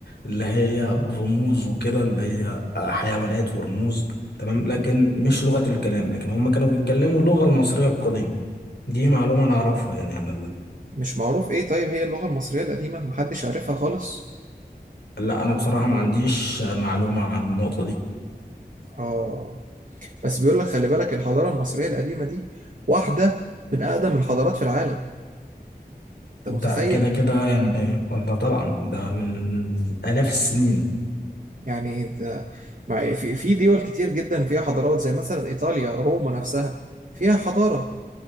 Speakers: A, on the left; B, on the right.
A: اللي هي رموز وكده اللي هي حيوانات ورموز تمام لكن مش لغة الكلام لكن هم كانوا بيتكلموا اللغة المصرية القديمة دي معلومة أنا أعرفها يعني عن
B: مش معروف إيه طيب هي اللغة المصرية القديمة محدش عارفها خالص
A: لا انا بصراحه ما عنديش معلومه عن النقطه دي
B: آه بس بيقول لك خلي بالك الحضارة المصرية القديمة دي واحدة من أقدم الحضارات في العالم أنت
A: ده
B: متخيل؟
A: كده كده يعني ده طبعا ده من الاف السنين
B: يعني أنت مع في في دول كتير جدا فيها حضارات زي مثلا إيطاليا روما نفسها فيها حضارة